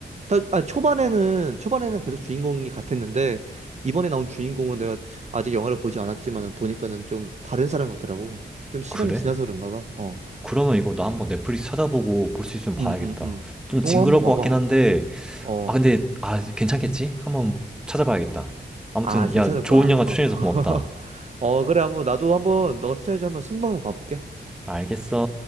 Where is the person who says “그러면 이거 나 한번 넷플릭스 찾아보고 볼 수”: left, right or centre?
Centre